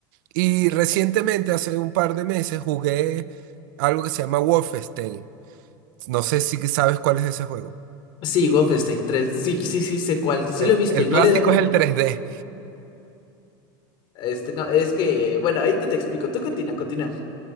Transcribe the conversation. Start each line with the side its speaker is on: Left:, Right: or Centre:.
Right: Y recientemente, hace un par de meses, jugué algo que se llama Wolfenstein. No sé si sabes cuál es ese juego.
Left: Sí, Wolfenstein 3. Sí, sí, sí, sé cuál. Sí
Right: El,
Left: lo he visto
Right: el
Left: y no
Right: clásico
Left: le he dado.
Right: es el 3D.
Left: Este, no, es que, bueno, ahí te, te explico. Tú continúa, continúa.